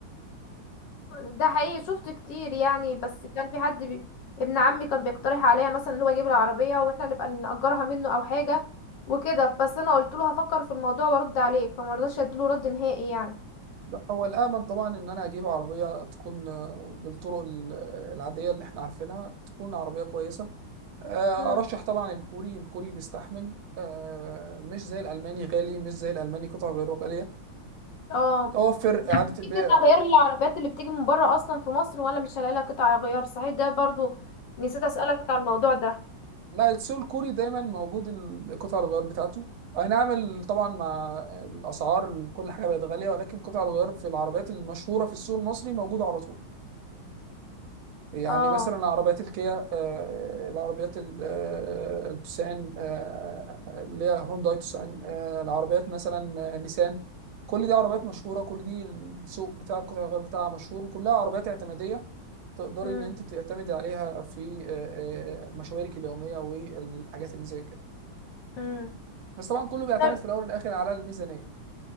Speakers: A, on the left (about 70°); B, on the right (about 85°).
A: ده حقيقي شفت كتير يعني بس كان في حد بي... ابن عمي كان بيقترح عليا مثلا ان هو يجيب العربيه واحنا نبقى نأجرها منه او حاجه وكده بس انا قلت له هفكر في الموضوع وارد عليك فما رضاش اديله رد نهائي يعني
B: لا هو الامن طبعا ان انا اجيب عربيه تكون آه، بالطرق ال- آه، العاديه اللي احنا عارفينها تكون عربيه كويسه آه،
A: امم
B: ارشح طبعا الكوري الكوري بيستحمل آه، مش زي الالماني غالي مش زي الالماني قطع غيره غاليه
A: اه
B: متوفر اعاده البيع
A: قطع غيار العربيات اللي بتيجي من بره اصلا في مصر ولا مش هلاقي لها قطع غيار صحيح ده برضو نسيت اسالك على الموضوع ده
B: لا السوق الكوري دايما موجود ال- قطع الغيار بتاعته اي نعم ال- طبعا مع الاسعار ال- كل حاجه بقت غاليه ولكن قطع الغيار في العربيات المشهوره في السوق المصري موجوده على طول يعني
A: اه
B: مثلا العربيات الكيا آه، العربيات ال- آه، التوسان آه، اللي هي هونداي توسان آه، العربيات مثلا آه، نيسان كل دي عربيات مشهورة كل دي السوق بتاع القطع الغيار بتاعها مشهور وكلها عربيات اعتمادية تقدري
A: امم
B: ان انت تعتمدي عليها في آه، آه، مشاويرك اليومية والحاجات اللي زي كده
A: امم
B: بس طبعا كله بيعتمد
A: طب
B: في الاول والاخر على الميزانية